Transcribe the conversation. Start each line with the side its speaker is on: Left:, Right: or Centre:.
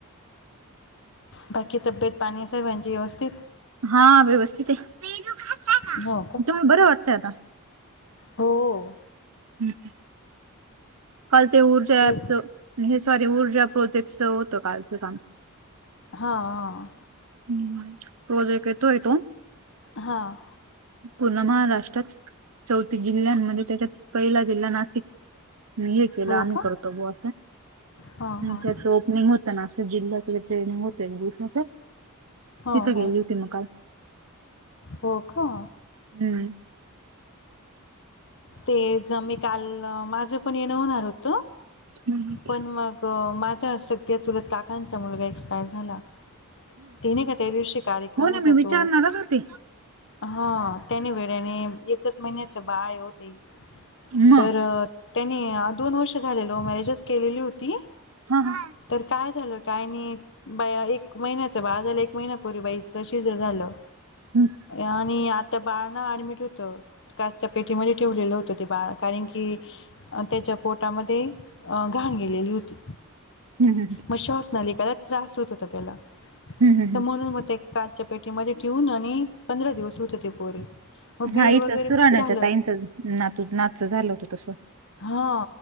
Left: बाकी तब्येत पाणी असेल सगळ्यांची व्यवस्थित.
Right: हा व्यवस्थित आहे तुम्हाला
Left: हो का
Right: बरं वाटतय आता.
Left: हो
Right: हम् ह.. कालचे ऊर्जा
Left: तेच
Right: पच हे सॉरी ऊर्जा प्रोजेक्टच होतं कालचं काम.
Left: हा..
Right: हम्
Left: हां...
Right: पूर्ण महाराष्ट्रात चौथीसजिल्ह्यांमध्ये त्याच्यात पहिला जिल्हा नाशिक. मी हे केलं
Left: हो
Right: आम्ही
Left: का
Right: करतो बों
Left: हा हा
Right: त्याच ओपनिंग होत. नाशिक जिल्ह्याच होते गस
Left: हो
Right: तिथे गेली
Left: हो
Right: होती मग.
Left: हो का..
Right: हम्म...
Left: ते ज मी काल माझं पण येणं होणार होत
Right: हम्म
Left: पण मग. माझं तुलत काकांचा मुलगा एक्सपायर झाला. तेनाही का त्या दिबशी कार्यक्रम
Right: हो ना
Left: होता
Right: मी विचारणारच
Left: तो.
Right: होते
Left: हा त्यानी वेळेने एकच महिन्याच बाळ आहे ओ ते
Right: मग
Left: तर त्याने दोन वर्ष झाले लव मॅरेजच केलेली होती
Right: हा हा
Left: तर काय झालं काय नाही बाया एक महिन्याचं बाळ झालं एक महिना्यापूर्वी बाईचं सिजर झालं.
Right: हम्म
Left: आणि आता बाळ ना ऍडमिट होत काचच्या पेटीमध्ये ठेवलेलं होतं ते बाळ कारण की त्याच्या पोटामध्ये घाण गेलेली होती.
Right: हम हम
Left: मग श्वासनलिकात त्रास होत होता त्याला
Right: हम्म हम्म
Left: तर म्हणून मग ते काचच्या पेटीमध्ये ठेऊून आणि पंधरा दिवस होते ते पोरी, मग बिल
Right: हा
Left: वगैरे
Right: इथं सुराण्याच्या
Left: खूप झालं
Right: ताईचं नातू नातच झालं होतं तस,
Left: हा